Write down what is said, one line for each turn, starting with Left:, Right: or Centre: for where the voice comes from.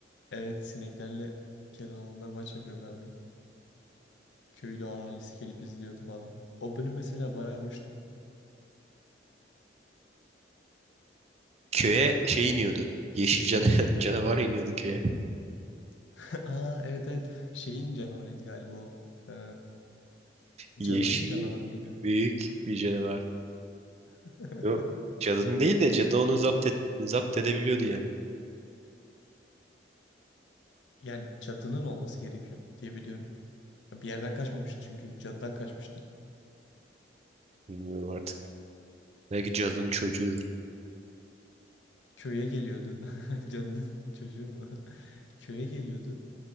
Left: evet sineklerle kel alanlar maç yapıyorlardı. Köylü ahalisi gelip izliyordu falan. O bölüm mesela bayağı hoştu.
Right: Köye şey iniyordu. Yeşil can <laughs> canavar iniyordu köye.
Left: <laughs> Aa evet evet şeyin canavarıydı galiba o. Ee,
Right: Yeşil
Left: cadının canavarı mıydı?
Right: büyük bir canavar.
Left: <laughs>
Right: Yok, cadının değil de cadı onu zapt, et, zapt edebiliyordu yani.
Left: Yani cadının olması gerekiyor diye biliyorum. Bir yerden kaçmamıştı çünkü cadıdan kaçmıştı.
Right: Bilmiyorum artık. Belki cadının çocuğudur.
Left: Köye geliyordu. <laughs> Cadının çocuğu mu? <laughs> Köye geliyordu.